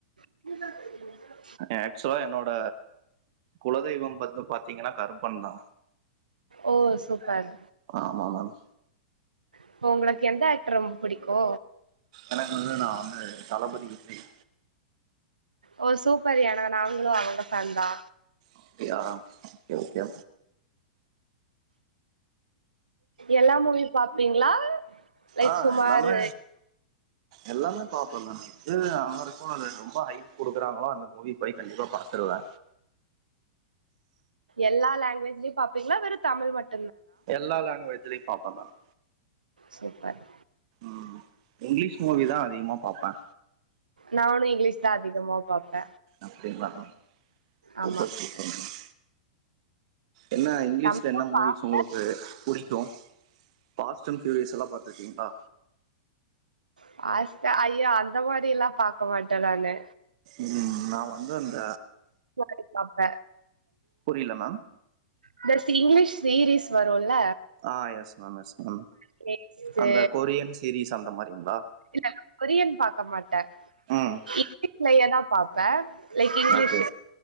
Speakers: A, on the right; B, on the right.
A: <unintelligible>
B: ஆக்சுலா என்னோட குலதெய்வம் பா வந்து பாத்தீங்கன்னா கருப்பன்தா
A: ஓ சூப்பர்
B: ஆமா மேம்
A: இப்போ உங்களுக்கு எந்த ஆக்டர் ரொம்ப புடிக்கு
B: எனக்கு வந்து நா வந்து தளபதிவு விஜய்
A: ஓ சூப்பர் ஏனா நாங்களு அவுங்க ஃபேன்தா
B: அப்டியா ஓகே ஓகே
A: எல்லா மூவி பாப்பீங்ளா லைக்
B: ஆ
A: சுமாரு
B: எல்லாமே எல்லாமே பாப்ப மேம் இது நல்லாருக்கோ அது ரொம்ப ஹைப் குடுக்குறாங்ளோ அந்த மூவி போய் கண்டிப்பா பாத்துடுவ
A: எல்லா லாங்வேஜ்லயு பாப்பீங்ளா வெற தமிழ் மட்டு
B: எல்லா லாங்குவேஜ்லயு பாப்ப மேம்
A: சூப்பர்
B: ம் இங்கிலீஷ் மூவி தா அதிகமா பார்ப்ப
A: நானு இங்கிலீஷ் தா அதிகமா பார்ப்ப
B: அப்டிங்ளா மேம் சூப்பர்
A: ஆமா
B: சூப்பர் மேம் என்ன இங்கிலீஷ்ல
A: தமிழு
B: என்ன மூவிஸ்
A: பாப்பே
B: உங்களுக்கு புடிக்கு பாஸ்ட் அண்ட் ஃபியூரியஸ் எல்லா பாத்துருக்கீங்ளா
A: ஃபாஸ்ட்டா ஐயோ அந்த மாரி எல்லா பாக்க மாட்ட நானு
B: ம் நா வந்து அந்த
A: போர் அடிக் பாப்ப
B: புரில மேம்
A: இந்த இங்கிலீஷ் சீரீஸ் வருல
B: ஆ yes ma'am yes ma'am
A: taste
B: அந்த கொரியன் சீரீஸ் அந்த மாரிங்ளா
A: இல்ல கொரியன் பாக்க மாட்ட
B: ம்
A: இங்கீஸ்லயே தா பாப்ப லைக் இங்கிலீஷ்
B: ஓகே